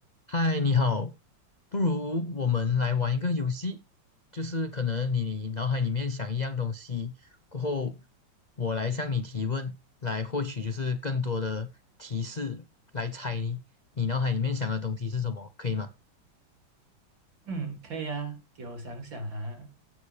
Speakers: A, on the left; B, on the right.
A: 嗨，你好，不如我们来玩一个游戏，就是可能你脑海里面想一样东西，过后我来向你提问，来获取就是更多的提示，来猜你脑海里面想的东西是什么，可以吗？
B: 嗯，可以啊，给我想想哈。